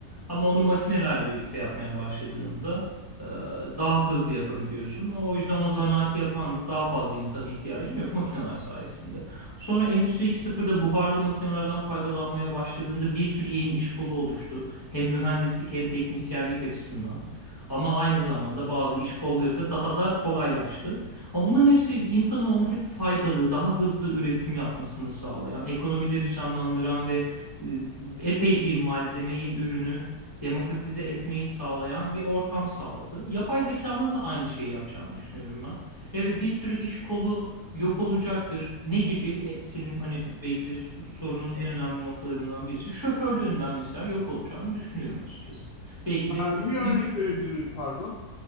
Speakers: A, on the left; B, on the left.
A: Ama onu makinelerle birlikte yapmaya başladığında e, daha hızlı yapabiliyorsun. O yüzden onu zanaati yapan da daha fazla insana ihtiyacın yok makineler sayesinde. Sonra Endüstri iki nokta sıfırda buharlı makinelerden faydalanmaya başladığında bir sürü yeni iş kolu oluştu. Hem mühendislik hem teknisyenlik açısından. Ama aynı zamanda bazı iş kolları da daha da kolaylaştı. Ama bunların hepsi insanoğlunun hep faydalı, daha hızlı üretim yapmasını sağlayan, ekonomileri canlandıran ve e, epey bir malzemeyi, ürünü demokratize etmeyi sağlayan bir ortam sağladı. Yapay zekanın da aynı şeyi yapacağını düşünüyorum ben. Evet bir sürü iş kolu yok olacaktır. Ne gibi? E, senin hani belki de sorunun en önemli noktalarından birisi. Şoförlüğün ben mesela yok olacağını düşünüyorum açıkçası. Belki de
B: Ha, bir
A: ilk
B: örnek verebilir miyim pardon?